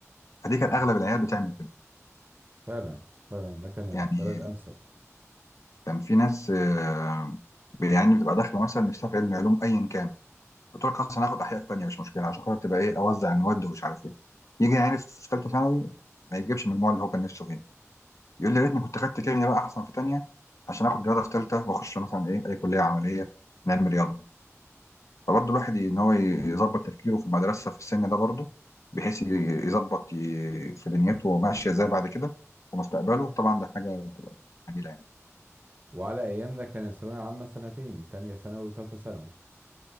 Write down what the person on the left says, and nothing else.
فدي كان
اغلب العيال بتعمل كده
يعني
كان في ناس آه، يعني بتبقى داخله مثلا نفسها في علم علوم ايا كان قلت لك خلاص انا هاخد احياء في ثانيه مش مشكله عشان خاطر تبقى ايه اوزع المواد ومش عارف ايه يجي يعني في ثالثه ثانوي ما يجيبش المجموع اللي هو كان نفسه فيه يقول لي يا ريتني كنت خدت كيمياء بقى احسن في ثانيه عشان اخد رياضه في ثالثه واخش مثلا ايه اي كليه عمليه من علم رياضه فبرضه الواحد ي- ان هو ي- يظبط تفكيره في المدرسه في السن ده برضه بحيث ي- يظبط ي- في دنيته وماشيه ازاي بعد كده ومستقبله طبعا ده حاجه بتبقى جميله يعني